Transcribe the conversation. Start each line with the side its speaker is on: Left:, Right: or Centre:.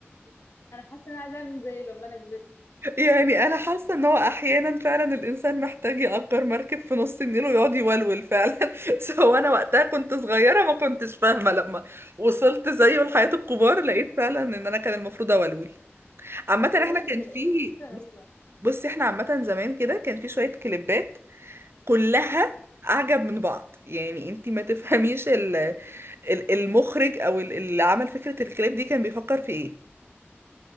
Left: <laughs> انا حاسه ان انا عايزه اعمل زيه لما انا كبرت
Right: يعني انا حاسه
Left: بس
Right: ان هو احيانا فعلا الانسان محتاج يأجر مركب في نص النيل ويقعد يولول فعلا <laughs> سو انا وقتها كنت صغيره ما كنتش فاهمه لما وصلت زيه لحياه الكبار لقيت فعلا ان انا كان المفروض اولول عامه
Left: بجد
Right: احنا كان في
Left: فكره غريبه
Right: بصي احنا عامه زمان كده كان في شويه كليبات كلها اعجب من بعض يعني انتي ما تفهميش ال- ال- المخرج او ال- اللي عمل فكره الكليب دي كان بيفكر في ايه